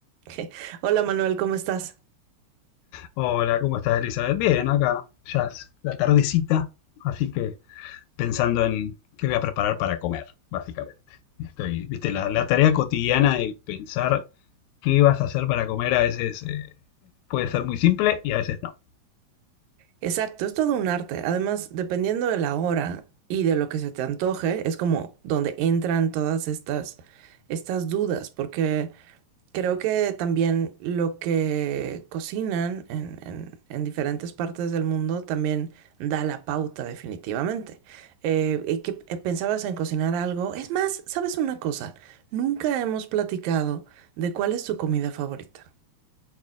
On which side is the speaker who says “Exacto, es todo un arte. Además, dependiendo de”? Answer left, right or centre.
Right